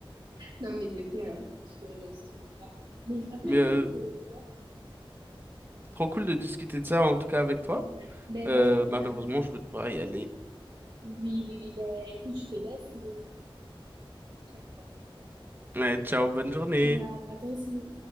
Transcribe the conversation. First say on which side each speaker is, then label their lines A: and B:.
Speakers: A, on the right (about 60°); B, on the right (about 20°).
A: Non, mais c'est vrai, hein. Je te rejoins sur ça. Mais franchement,
B: <laughs> Mais
A: écoute,
B: euh,
A: euh, ouais.
B: trop cool de discuter de ça en tout cas avec toi.
A: Ouais. Ben,
B: Euh,
A: franchement, également.
B: malheureusement, je vais devoir y aller.
A: Oui, oui, oui, ben, écoute, je te laisse et euh, prochaine fois.
B: Ouais, ciao, bonne journée.
A: Ciao. À toi aussi.